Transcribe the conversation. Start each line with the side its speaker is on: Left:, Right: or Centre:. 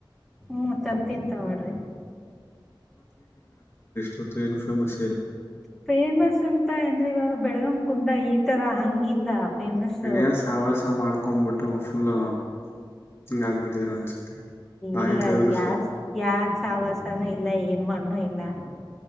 Centre: ಹ್ಮ್ ತರ್ತೀಂತ ಮಾಡಡ್ರಿ
Left: ಪತ್ತು ಇನ್ಫರ್್ಮೇಶನ್
Centre: ಫೇಮಸ್ ಅಂತ ಅಂದ್ರೆ ಇವಾಗ ಬೆಳಗಂ ಕುಂದ ಈ ತರ ಹಂಗಿಲ್ಲ ಫೇಮಸ್
Left: ವಿನಯ ಸವಾಸ ಮಾಡ್ತ ಕೊೊಂಡ್ಂಬಿಟ್ಟು ಫುಲ್ ಹಿಂಗ ಆಗ್ಬಿಟ್ಟಿದಾರ ಅನ್ಸುತ್ತೆ ಬಾಯಿ
Centre: ಇಲ್ಲ
Left: ತೆಗೆದ್ರು
Centre: ಅದ ಯಾರ್
Left: ಸುಳ್ಳು
Centre: ಯಾರ್ ಸಾವಾಸನೂ ಇಲ್ಲ ಏನ್ ಮಣ್ಣ್ಣು ಇಲ್ಲ